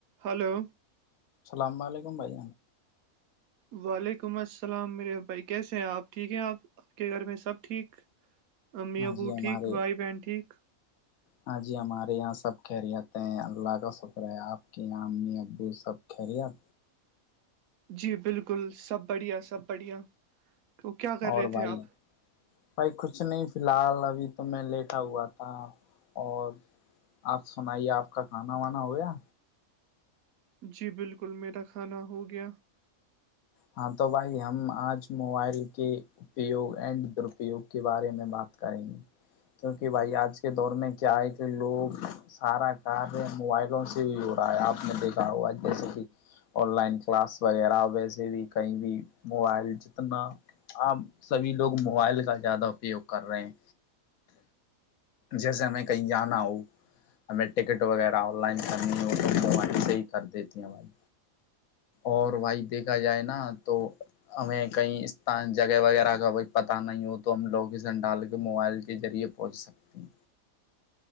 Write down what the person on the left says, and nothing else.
السلام علیکم بھائی جان
ہاں
جی ہمارے
ہاں جی ہمارے یہاں سب خیریت ہیں اللہ کا شکر ہے آپ کے یہاں امی ابو سب خیریت
اور
بھائی
بھائی کچھ نہیں فی الحال ابھی تو میں لیٹا ہوا تھا اور آپ سنائیے آپ کا کھانا وانا ہو گیا
ہاں تو بھائی ہم آج موبائل کی اپیوگ اینڈ درپیوگ کے بارے میں بات کریں گے کیونکہ بھائی آج کے دور میں کیا ہے کہ لوگ سارا کاریہ موبائلوں سے ہی ہو رہا ہے آپ نے دیکھا ہوا جیسے کہ آن لائن کلاس وغیرہ ویسے بھی کہیں بھی موبائل جتنا آپ سبھی لوگ موبائل کا زیادہ اپیوگ کر رہے ہیں جیسے میں کہیں جانا ہو ہمیں ٹکٹ وغیرہ آن لائن کرنی ہوتی توائیں سے ہی کر دیتی ہیں ہماری اور وھائی دیکھا جائے نا تو ہمیں کہیں اسان جگہ وغیرہ کائی پت نہیں ہو تو ہم لوکیشن ڈال کے موبائل کے ریعے پہنچ سکتے ہیں